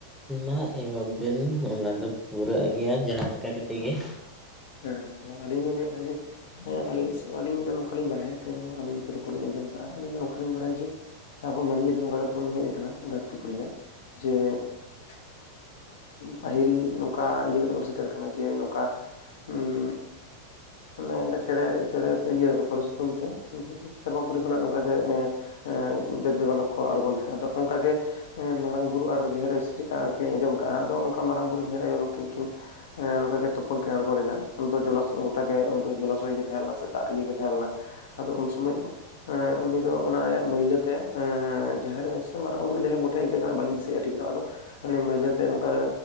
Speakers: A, in the centre; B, on the left.
A: ᱢᱟ ᱮᱦᱚᱵ ᱵᱮᱱ ᱚᱱᱟᱫᱚ ᱯᱩᱨᱟᱹᱜ ᱜᱮᱭᱟ ᱡᱟᱦᱟᱸ ᱞᱮᱠᱟ ᱠᱟᱛᱮᱫ ᱜᱮ ᱾
B: ᱦᱮᱸ। ᱛᱷᱚᱲᱟ ᱟᱹᱞᱤᱧ ᱞᱤᱧ ᱞᱟᱹᱭᱼᱟ ᱡᱮ ᱼᱼ ᱦᱮᱸ ᱟᱞᱮ ᱥᱮᱜ ᱟᱹᱞᱤᱧ ᱫᱚ ᱱᱚᱝᱠᱟ ᱞᱤᱧ ᱵᱟᱲᱟᱭᱟ ᱛᱚ ᱟᱹᱞᱤᱧ ᱴᱩᱠᱩ ᱠᱚ ᱞᱤᱧ ᱟᱸᱡᱚᱢ ᱠᱟᱜᱼᱟ ᱟᱹᱞᱤᱧ ᱫᱚ ᱱᱚᱝᱠᱟ ᱞᱤᱧ ᱵᱟᱲᱟᱭᱟ ᱡᱮᱼᱼ ᱟᱵᱚ ᱢᱟᱹᱱᱢᱤ ᱫᱚ ᱱᱚᱝᱠᱟ ᱠᱟᱛᱮᱜ ᱵᱚᱱ ᱦᱮᱡ ᱟᱠᱟᱱᱟ, ᱫᱷᱟᱹᱨᱛᱤ ᱯᱩᱨᱤ ᱨᱮ। ᱡᱮ ᱼᱼ ᱯᱟᱹᱦᱤᱞ ᱱᱚᱝᱠᱟ ᱤᱭᱟᱹ ᱠᱟᱛᱮᱵᱚᱱ ᱥᱮᱴᱮᱨ ᱟᱞᱠᱟᱱᱟ ᱡᱮ ᱱᱚᱝᱠᱟ, ᱦᱩᱸ,
A: <inaudible>
B: ᱢᱟᱱᱮ ᱪᱮᱸᱬᱮ ᱪᱮᱸᱬᱮ ᱤᱭᱟᱹ ᱛᱚᱲᱮ ᱥᱩᱛᱟᱹᱢ ᱛᱮ ᱥᱮᱨᱢᱟ ᱯᱩᱨᱤ ᱠᱷᱚᱱᱟᱜ ᱱᱚᱝᱠᱟ ᱜᱮ ᱮᱸ ᱮᱸ ᱫᱮᱵᱽ ᱫᱮᱵᱟ ᱞᱳᱠ ᱠᱚ ᱟᱬᱜᱳᱚᱱ ᱛᱟᱦᱮᱸᱱᱟ। ᱟᱫᱚ ᱚᱱᱠᱟᱜᱮ ᱼᱼ ᱦᱮᱸ ᱢᱟᱨᱟᱝ ᱵᱩᱨᱩ ᱟᱨ ᱡᱟᱦᱮᱨ ᱥᱮ ᱪᱮᱫᱠᱟᱠᱤᱱ ᱟᱸᱡᱚᱢ ᱠᱟᱜᱼᱟ ᱟᱫᱚ ᱚᱱᱠᱟ ᱢᱟᱨᱟᱝ ᱵᱩᱨᱩ ᱡᱟᱦᱮᱨ ᱟᱭᱚ ᱱᱩᱠᱤᱱ ᱠᱤᱱ ᱦᱮᱸ ᱚᱱᱠᱟ ᱜᱮ ᱛᱳᱯᱳᱱ ᱠᱤᱱ ᱟᱬᱜᱚ ᱞᱮᱱᱟ ᱩᱱ ᱫᱚ ᱡᱚᱞᱟᱥ ᱜᱚᱴᱟ ᱜᱮ ᱩᱱ ᱫᱚ ᱡᱚᱞᱟᱥᱚᱭ ᱜᱮ ᱛᱟᱦᱮᱸ ᱞᱮᱱᱟ ᱥᱮ ᱫᱟᱜ ᱤᱭᱟᱹᱜᱮ ᱛᱟᱦᱮᱸ ᱞᱮᱱᱟ ᱾ ᱟᱫᱚ ᱩᱱ ᱥᱚᱢᱚᱭ ᱼᱼ ᱮᱸ ᱩᱱᱤ ᱫᱚ ᱚᱱᱟ ᱟᱭᱟᱜ ᱢᱟᱹᱭᱞᱟᱹᱛᱮ, ᱮᱸᱻ ᱡᱟᱦᱟᱸ ᱨᱮ ᱥᱮ ᱢᱟᱨᱟᱝ ᱵᱩᱨᱩ ᱡᱟᱦᱮᱨ ᱵᱩᱴᱷᱟᱭ ᱤᱱᱠᱟᱹ ᱠᱟᱱᱟ᱾ ᱵᱟᱹᱞᱤᱧ ᱫᱤᱥᱟᱹᱭᱮᱜᱼᱟ। ᱴᱷᱤᱠ ᱫᱚ ᱟᱫᱚ ᱢᱟᱱᱮ ᱢᱟᱹᱭᱞᱟᱹᱛᱮ ᱱᱚᱝᱠᱟ